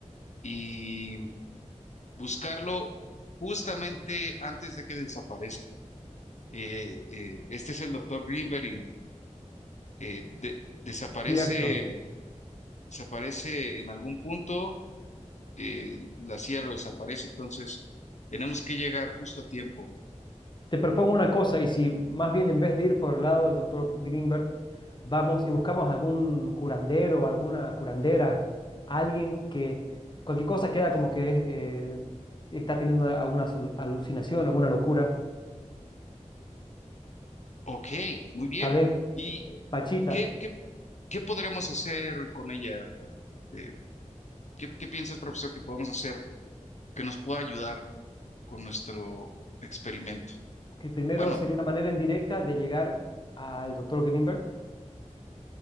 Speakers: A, on the left; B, on the left.
A: y buscarlo justamente antes de que desaparezca. Eh, eh, este es el doctor Greenberg y eh, de- desaparece,
B: Cierto.
A: desaparece en algún punto, eh, la CIA lo desaparece, entonces tenemos que llegar justo a tiempo.
B: Te propongo una cosa, y si más bien en vez de ir por el lado del doctor Greenberg, vamos y buscamos algún curandero, alguna curandera, alguien que cualquier cosa queda como que es, eh, está teniendo alguna alu- alucinación, alguna locura,
A: Ok, muy bien.
B: tal vez
A: ¿Y
B: eh, Pachita,
A: qué, qué ¿Qué podríamos hacer con ella? Eh, ¿qué, qué piensas, profesor, que podemos hacer que nos pueda ayudar con nuestro experimento?
B: que primero
A: Bueno,
B: sería una manera indirecta de llegar al doctor Greenberg